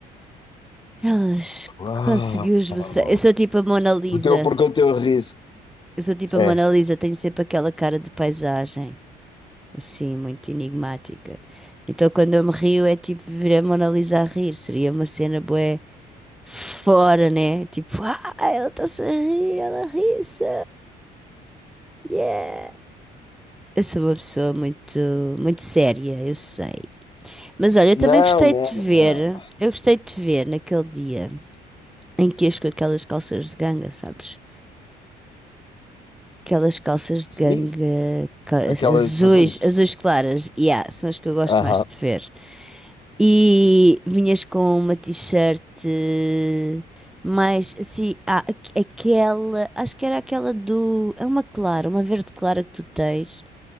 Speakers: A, in the centre; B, on the left.
A: Elas
B: uau.
A: conseguiu esboçar. Eu sou tipo a Mona Lisa.
B: O teu, porque o teu riso
A: Eu sou tipo
B: é
A: a Mona Lisa, tenho sempre aquela cara de paisagem, assim, muito enigmática. Então quando eu me rio é tipo ver a Mona Lisa a rir, seria uma cena bué fora, né? Tipo, ah, ela está-se a rir, ela ri-se. Yeah! Eu sou uma pessoa muito, muito séria, eu sei. Mas olha, eu
B: não,
A: também gostei
B: não,
A: de te ver,
B: não.
A: eu gostei de te ver naquele dia em que ias com aquelas calças de ganga, sabes? Aquelas calças de
B: Sim,
A: ganga ca-
B: aquelas
A: azuis,
B: azuis.
A: azuis claras, yeah, são as que eu gosto
B: Aham.
A: mais de ver. E vinhas com uma t-shirt eh, mais assim, ah, aqu- aquela, acho que era aquela do, é uma clara, uma verde clara que tu tens.